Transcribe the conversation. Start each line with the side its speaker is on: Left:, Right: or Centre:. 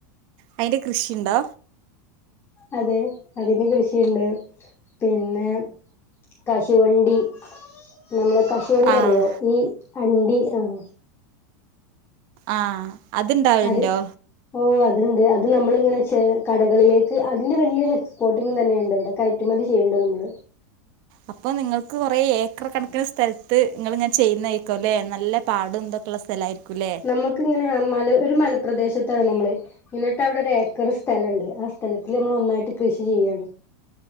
Right: അയിന്റെ കൃഷിയുണ്ടോ
Left: അതെ അതിന് കൃഷിയുണ്ട് പിന്നെ കശുവണ്ടി നമ്മള് കശുവണ്ടി
Right: ആഹ്
Left: അറിയോ ഈ അണ്ടി ആഹ്
Right: ആഹ് അത്ണ്ടാവല്
Left: അത്
Right: ണ്ടോ
Left: ഓ അതുണ്ട് അത് നമ്മളിങ്ങനെ കടകളിലേക്ക് അതിന്റെ വലിയൊരു എക്സ്പോർട്ടിങ്ങ് തന്നെയുണ്ട് ഇവിടെ കയറ്റുമതി ചെയ്യേണ്ടണ്ട് നമ്മൾ
Right: അപ്പൊ നിങ്ങൾക്ക് കുറെ ഏക്കർ കണക്കിന് സ്ഥലത്ത് നിങ്ങൾ ഇങ്ങനെ ചെയ്യുന്നയിക്കോല്ലേ നല്ല പാടും തൊയുള്ള സ്ഥലായിരിക്കുല്ലേ
Left: നമുക്ക് ഇങ്ങനെ മല ഒരു മലപ്രദേശത്താണ് നമ്മള് എന്നിട്ട് അവിടെ ഒരു ഏക്കർ സ്ഥലുണ്ട് ആഹ് സ്ഥലത്തിൽ നമ്മൾ ഒന്നായിട്ട് കൃഷി ചെയ്യാണ്